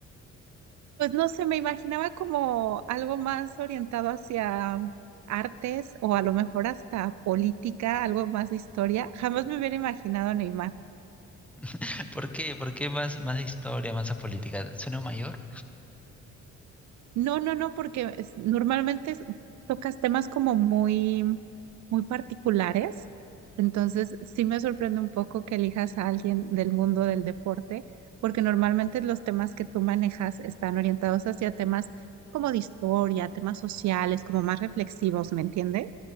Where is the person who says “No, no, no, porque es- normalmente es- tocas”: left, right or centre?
Right